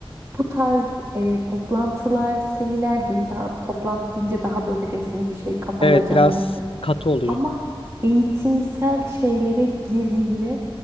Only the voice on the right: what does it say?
bu tarz e, toplantılar, seminer diyeyim daha toplantı deyince daha böyle resmi bir şey kafanda
canlanabilir.
Ama eğitimsel şeylere girdiğinde